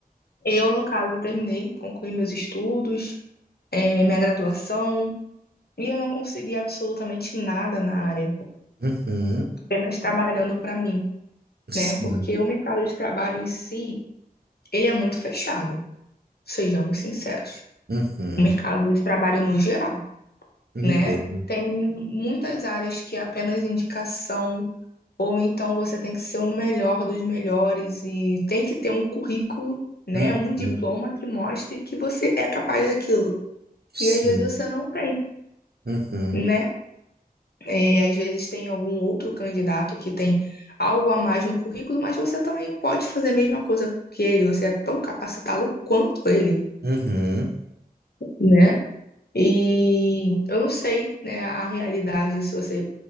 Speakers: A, on the left (about 80°); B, on the right (about 80°).
A: Eu, no caso, terminei, concluí meus estudos, eh, minha graduação, e eu não consegui absolutamente nada na área,
B: Uhum.
A: apenas trabalhando para mim,
B: Sim.
A: né? Porque o mercado de trabalho em si, ele é muito fechado, sejamos sinceros.
B: Uhum.
A: O mercado de trabalho no geral,
B: Entendo.
A: né? Tem muitas áreas que é apenas indicação, ou então você tem que ser o melhor dos melhores e tem que ter um currículo, né,
B: Uhum.
A: um diploma que mostre que você é capaz daquilo.
B: Sim.
A: E às vezes você não tem,
B: Uhum.
A: né? É, às vezes tem algum outro candidato que tem algo a mais no currículo, mas você também pode fazer a mesma coisa que ele, você é tão capacitado quanto ele,
B: Uhum.
A: né? E eu não sei, né, a realidade, se você